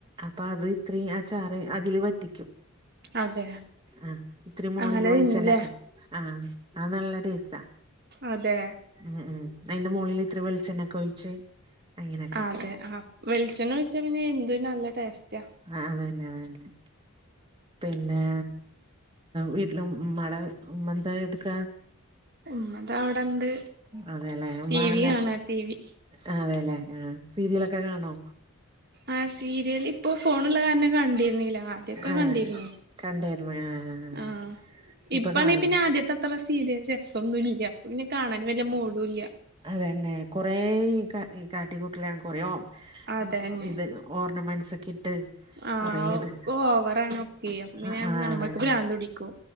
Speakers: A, on the right; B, on the right.
A: അപ്പൊ അത് ഇത്രയും ആ ചാറ് അതിലു വറ്റിക്കും
B: അതെ
A: ആഹ് ഇത്തിരി മോളിൽ
B: അങ്ങനെ
A: വെളിച്ചെണ്ണക്ക
B: തിന്നുല്ലേ
A: ആഹ് അത് നല്ല ടേസ്റ്റാ
B: അതെ
A: ഉം ഉം അയിന്റെ മോളില് ഇത്തിരി വെളിച്ചെണ്ണയൊക്കൊഴിച്ച് അങ്ങനെയൊക്കെ
B: അതെ ആ വെളിച്ചെണ്ണ ഒഴിച്ചാ പിന്നെ എന്തൊരു നല്ല ടേസ്റ്റാ
A: ആഹ് അതന്നെ അതന്നെ പിന്നെ വീട്ടിലെ ഉമ്മാടെ ഉമ്മ എന്താ എടുക്കാ
B: ഉമ്മതാ അവിടെണ്ട്
A: അതെല്ലേ ഉമ്മ
B: ടി വി
A: എല്ലാം
B: കാണാ ടി വി
A: ആഹ് അതെല്ലെ ആഹ് സീരിയലൊക്കെ കാണോ
B: ആ സീരിയലിപ്പൊ ഫോണ്‌ള്ള കാരണം കണ്ടിരുന്നില്ല ആദ്യൊക്കെ
A: ആഹ്
B: കണ്ടിരുന്നു
A: കണ്ടിരുന്നു ആഹ്
B: ആ
A: ഇപ്പൊ
B: ഇപ്പ
A: കാണൂല
B: നീ പിന്നെ ആദ്യത്തെ ത്ര സീരിയല് രസൊന്നും ഇല്ല്യ പിന്നെ കാണാൻ വല്യ മൂഡും ഇല്ല്യ
A: അതെന്നെ കൊറെ ഈ കാ ഈ കാട്ടി കു <unintelligible> കൊറെ <unintelligible>
B: അതന്നെ
A: ഇത് ഓർണമെന്റ്സൊക്കെ ഇട്ട്
B: ആഹ്
A: കൊറേ ഇത്
B: ഒക് ഓവറാണ് ഒക്കെയ് അപ്പൊ പിന്നെ
A: ആഹ് ആഹ്
B: ഞമ്മക്ക്
A: അതന്നെ
B: പ്രാന്തുടിക്കും